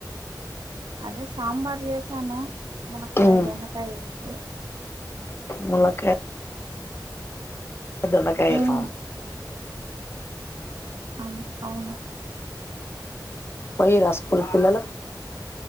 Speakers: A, on the right (about 70°); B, on the left (about 30°).
A: అదే సాంబార్ చేసాను మునకాయ
B: ఉమ్,
A: దొండకాయ వేసి
B: ములాక్కయ్ దొండకాయేప
A: మ్మ్ అం అవును
B: పోర్ర స్కూల్ పిల్లలు